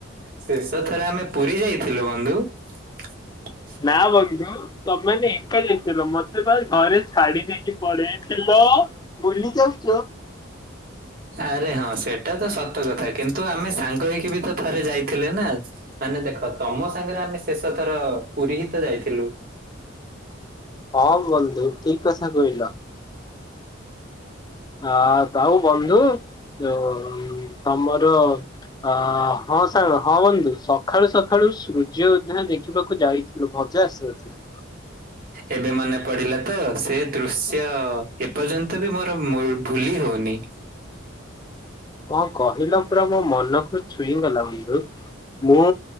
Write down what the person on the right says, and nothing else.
ଶେଷ ଥରେ ଆମେ ପୁରୀ ଯାଇଥିଲୁ ବନ୍ଧୁ। <inaudible>
ଆରେ ହଁ ସେଇଟା ତ ସତ କଥା କିନ୍ତୁ ଆମେ ସାଙ୍ଗ ହେଇକି ବି ତ ଥରେ ଯାଇଥିଲେ ନା? ମାନେ ଦେଖ ତମ ସାଙ୍ଗରେ ଆମେ ଶେଷଥର ପୁରୀ ହିତ ଯାଇଥିଲୁ।
ଏବେ ମନେ ପଡିଲା ତ, ସେ ଦୃଶ୍ୟ ଏପର୍ଯ୍ୟନ୍ତ ବି ମୋର ମ ଭୁଲି ହଉନି।